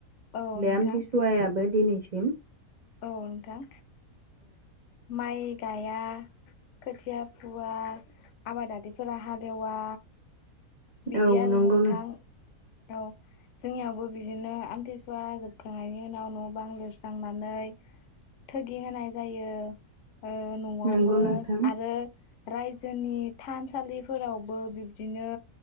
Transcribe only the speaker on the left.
औ
नोंथां
औ नोंथां माइ गाया खोथिया फुवा आबादारिफोरा हालेवा बिदि
आरो
नोंथां औ जोंनियावबो बिदिनो आमथिसुवा जोबखांनायनि उनाव न' बां लिरस्रांनानै थोगि होनाय जायो ओ न'आवबो
आरो रायजोनि थानसालिफोरावबो बिबदिनो